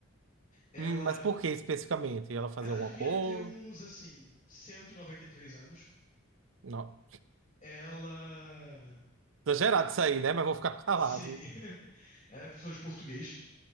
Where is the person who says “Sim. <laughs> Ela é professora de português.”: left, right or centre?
Left